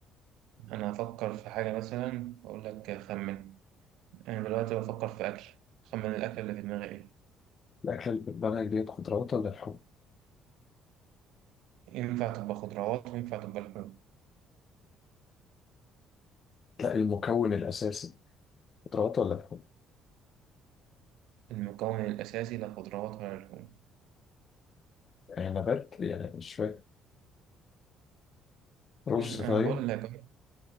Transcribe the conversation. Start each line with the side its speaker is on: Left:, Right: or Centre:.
Right: أنا هفكر في حاجة مثلا وأقول لك خمن أنا دلوقتي بفكر في أكل خمن الأكل اللي في دماغي إيه
Left: الأكلة اللي في دماغك ديت خضروات ولا لحوم؟
Right: ينفع تبقى خضروات وينفع تبقى لحوم
Left: لا المكون الأساسي خضروات ولا لحوم؟
Right: المكون الأساسي لا خضروات ولا لحوم
Left: يعني نبات يعني مش فاهم رز
Right: مم، أنا
Left: طيب
Right: بقول لك